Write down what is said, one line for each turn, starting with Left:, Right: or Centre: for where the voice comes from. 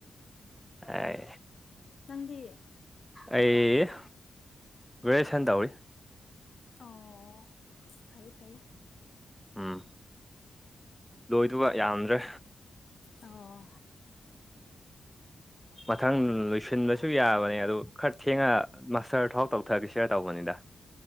Centre: ꯑꯥꯏ
Left: ꯅꯪꯗꯤ
Centre: ꯑꯩ ꯒ꯭ꯔꯦꯖꯨꯌꯦꯁꯟ ꯇꯧꯔꯤ
Left: ꯑꯣ ꯐꯩ ꯐꯩ
Centre: ꯎꯝ ꯂꯣꯏꯗꯧꯕ ꯌꯥꯝꯗ꯭ꯔꯦ
Left: ꯑꯣ
Centre: ꯃꯊꯪ ꯂꯣꯏꯁꯤꯟꯕꯁꯨ ꯌꯥꯕꯅꯦ ꯑꯗꯨ ꯈꯔ ꯊꯦꯡꯉ ꯃꯥꯁꯇ꯭ꯔ ꯐꯥꯎ ꯇꯧꯊꯈꯤꯁꯤꯔꯥ ꯇꯧꯕꯅꯤꯗ